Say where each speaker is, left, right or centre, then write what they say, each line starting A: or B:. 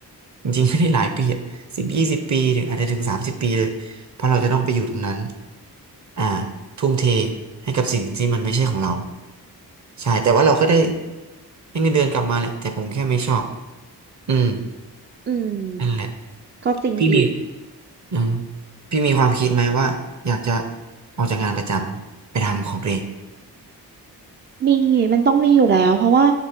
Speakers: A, on the right; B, on the right.
A: จริงๆไม่ได้หลายปีอ่ะสิบยี่สิบปีหรืออาจจะถึงสามสิบปีเลยเพราะเราจะต้องไปอยู่ตรงนั้นอ่าทุ่มเทให้กับสิ่งที่มันไม่ใช่ของเราใช่แต่ว่าเราก็ได้ให้เงินเดือนกลับมาแหละแต่ผมแค่ไม่ชอบอืม
B: อืม
A: นั่นแหละ
B: ก็จริงอีก
A: พี่มีอืมพี่มีความคิดไหมว่าอยากจะออกจากงานประจำไปทำของตัวเอง
B: มีมันต้องมีอยู่แล้วเพราะว่า